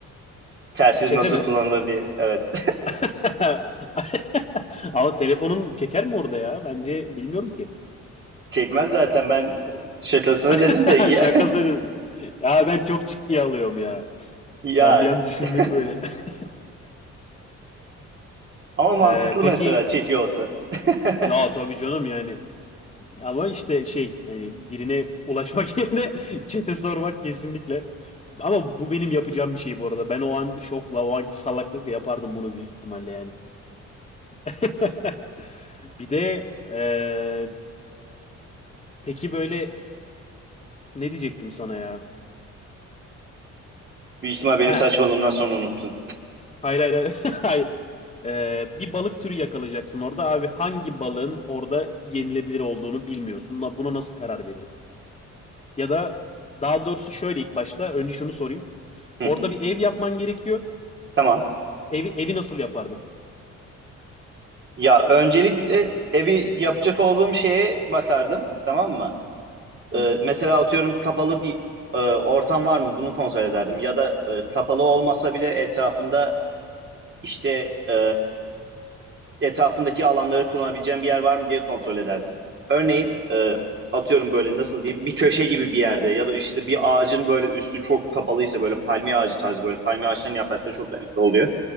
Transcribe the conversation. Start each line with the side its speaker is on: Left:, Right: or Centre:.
Right: Telsiz
Left: Çete
Right: nasıl
Left: mi?
Right: kullanılır diye. Evet.
Left: <laughs> Ama telefonun çeker mi orada ya? Bence bilmiyorum ki.
Right: <laughs> Çekmez zaten ben şakasına dedim
Left: <laughs>
Right: de ya,
Left: Şakası.
Right: <laughs>
Left: Ya ben çok ciddiye alıyorum ya.
Right: Ya
Left: Ben bir an düşündüm
Right: <laughs>
Left: böyle. <laughs>
Right: ama mantıklı
Left: Ee, peki
Right: mesela çekiyor olsa. <laughs>
Left: ya tabii canım yani ama işte şey hani birine ulaşmak <laughs> yerine çete sormak kesinlikle Ama bu benim yapacağım bir şey bu arada. Ben o an şokla, o anki salaklıkla yapardım bunu büyük ihtimalle yani. <laughs> Bir de eee, peki böyle ne diyecektim sana ya?
Right: Büyük ihtimal benim
Left: Ha,
Right: saçmalığımdan sonra unuttun.
Left: hayır hayır hayır. <laughs> Hayır. Eee, bir balık türü yakalayacaksın orada. Abi hangi balığın orada yenilebilir olduğunu bilmiyorsun. Na- Buna nasıl karar verirdin? Ya da daha doğrusu şöyle ilk başta önce şunu sorayım.
Right: Hı,
Left: Orada bir ev yapman gerekiyor.
Right: tamam.
Left: Evi evi nasıl yapardın?
Right: Ya öncelikle evi yapacak olduğum şeye bakardım. Tamam mı?
Left: Hı
Right: Ee,
Left: hı.
Right: mesela atıyorum kapalı bir e, ortam var mı? Bunu kontrol ederdim. Ya da e, kapalı olmasa bile etrafında işte e, etrafındaki alanları kullanabileceğim bir yer var mı diye kontrol ederdim. Örneğin e, atıyorum böyle nasıl diyeyim bir köşe gibi bir yerde ya da işte bir ağacın böyle üstü çok kapalıysa böyle palmiye ağacı tarzı böyle palmiye ağaçlarının yaprakları çok dayanıklı oluyor.